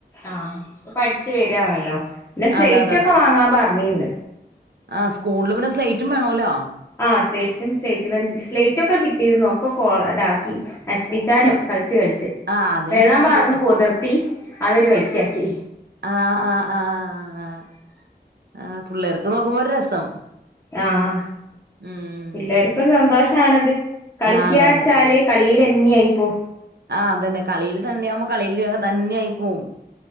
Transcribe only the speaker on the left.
ആഹ് പഠിച്ചു വരിയാണല്ലോ പിന്നെ സ്ലൈറ്റ്
ഒക്കെ
വാങ്ങാൻ പറഞ്ഞിണ്ട്
ആഹ് സ്ലേറ്റും സ്ലേറ്റ് പെൻസിലൽ സ്ലേറ്റ ഒക്കെ കിട്ടിയിരുന്നു ഒക്കെ കോള ഇതാക്കി നശിപ്പിച്ചാനും കളിച്ച് കളിച്ച്
വെള്ളം
പാർന്ന് പൊതിർത്തി അതൊരു വയ്ക്കക്കി
ആഹ്
പിള്ളേർക്കൊരു സന്തോഷണത് കളിക്കുക
വെച്ചാല് കളിയിൽന്നെയ ആയിപ്പോ